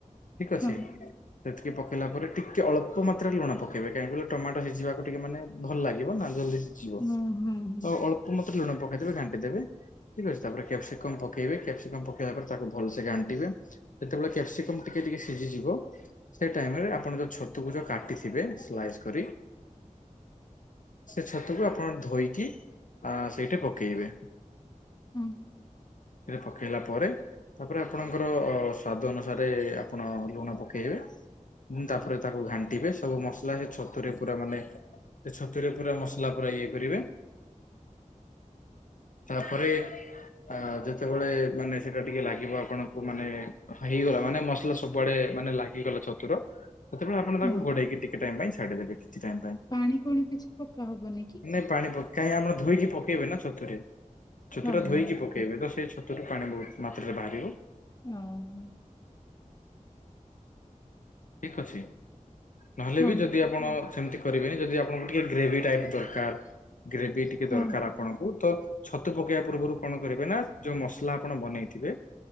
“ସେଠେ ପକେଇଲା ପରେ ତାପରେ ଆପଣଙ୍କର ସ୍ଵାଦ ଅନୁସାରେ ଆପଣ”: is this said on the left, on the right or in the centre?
Left